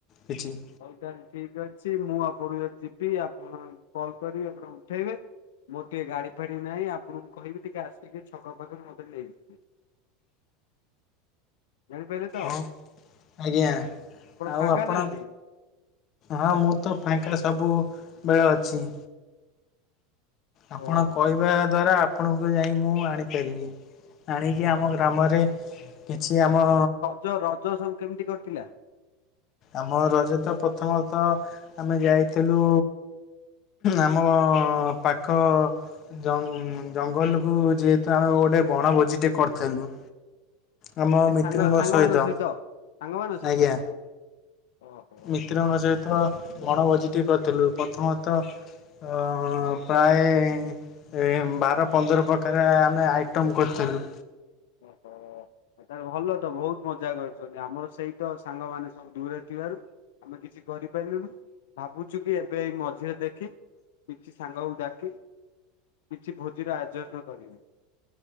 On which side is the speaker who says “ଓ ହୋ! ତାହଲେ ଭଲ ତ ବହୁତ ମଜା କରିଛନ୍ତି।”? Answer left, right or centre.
Left